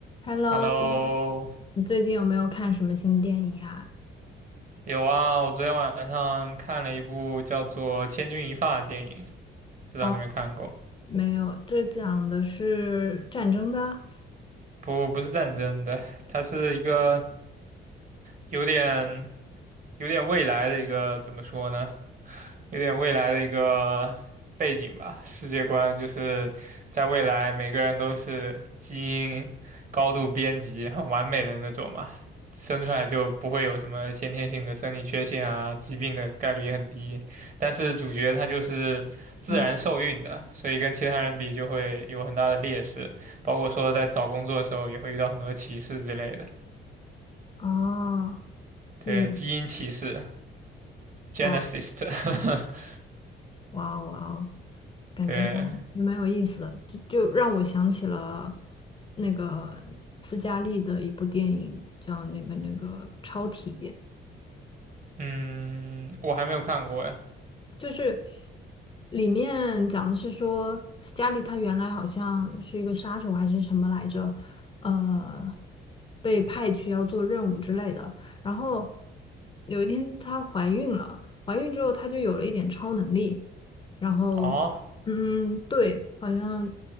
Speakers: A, on the left; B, on the right.
A: Hello，
B: Hello，
A: 你最近有没有看什么新电影啊？
B: 有啊，我昨天晚上看了一部叫做《千钧一发》的电影，不知道你有没有看过？
A: 哦，没有，这讲的是战争的。
B: 不，不是战争的，它是一个有点有点未来的一个，怎么说呢？有点未来的一个背景吧，世界观就是在未来每个人都是基因高度编辑、很完美的那种嘛，生出来就不会有什么先天性的生理缺陷啊，疾病的概率也很低。但是主角他就是自然受孕的，
A: 嗯，
B: 所以跟其他人比就会有很大的劣势，包括说在找工作的时候也会遇到很多歧视之类的，
A: 哦，
B: 对，
A: 就有
B: 基因歧视 （genesis）。
A: 哇
B: <laughs>
A: 哇哦哇哦，感觉
B: 对，
A: 蛮有意思的，就就让我想起了那个斯嘉丽的一部电影，叫那个那个《超体》。
B: 嗯，我还没有看过哎。
A: 就是里面讲的是说，斯嘉丽她原来好像是一个杀手还是什么来着，呃，被派去要做任务之类的。然后有一天她怀孕了，怀孕之后她就有了一点超能力，然后
B: 哦，
A: 嗯，对，好像。